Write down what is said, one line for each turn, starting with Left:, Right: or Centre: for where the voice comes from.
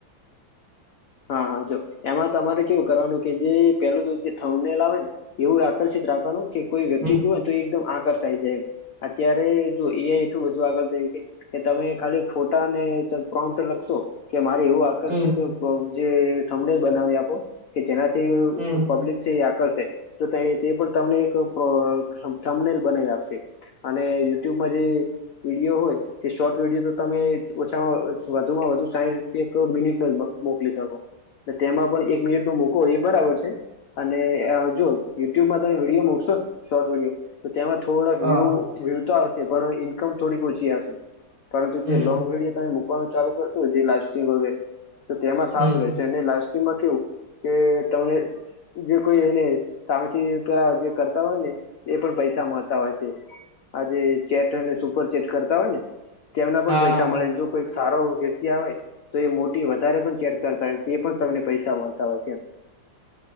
Left: હા હા જો એમાં તમારે કેવું કરવાનું કે જે પેલું તો જે થંમનેલ આવે ને એવું આકર્ષિત રાખવાનું કે કોઈ વ્યક્તિ
Right: હમ
Left: જોવે તો એકદમ આકર્ષાય જાય એમ. અત્યારે જો એ એટલું બધું આગળ થયું કે કે તમે ખાલી ફોટા પ્રોન્ટ લખશો કે મારે એવું આકર્ષિત
Right: હમ
Left: જે થંમનેલ બનાવી આપો કે જેનાથી
Right: હમ
Left: પબ્લિક આકર્ષે તો તે પણ તમને એક થંમનેલ બનાવી આપશે. અને યુટ્યુબમાં જે વિડીયો હોય. કે શોર્ટ વિડીયો તો તમે ઓછામાં વધુમાં વધુ સાહીઠ એક મિનિટ મોકલી શકો તેમાં પણ એક મિનિટ ન મૂકો એ બરાબર છે. અને અ જો યુટ્યુબમાં તમે વિડીયો મુકશો ન શોર્ટ વિડીયો તેમાં થોડાક
Right: હા
Left: વ્યૂ વ્યૂ તો આવશે પણ ઈન્કમ થોડીક ઓછી આવશે. પરંતુ
Right: હમ
Left: જે લોંગ વીડિયો તમે મૂકવાનું ચાલુ કરશો જે લાઈવ સ્ટ્રીમ વગેરે તો તેમાં સારું
Right: હમ
Left: રહે છે અને લાસ્ટ ટાઈમમાં કેવું કે તને જે કોઈ એને સામેથી પેલા જે કરતા હોય ને એ પણ પૈસા મળતા હોય છે. આજે ચેટ અને સુપર ચેટ કરતા હોય ને. તેમના
Right: હા
Left: પણ પૈસા મળે જો કોઈક સારો વ્યક્તિ આવે મોટી વધારે પણ ચેક કરતા હોય એ પણ તમને પૈસા મળતા હોય છે.